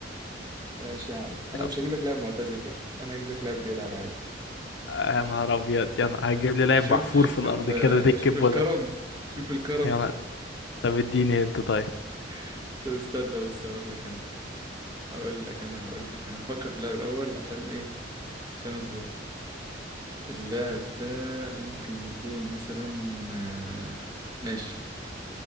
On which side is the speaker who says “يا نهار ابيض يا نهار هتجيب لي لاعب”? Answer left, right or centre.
Left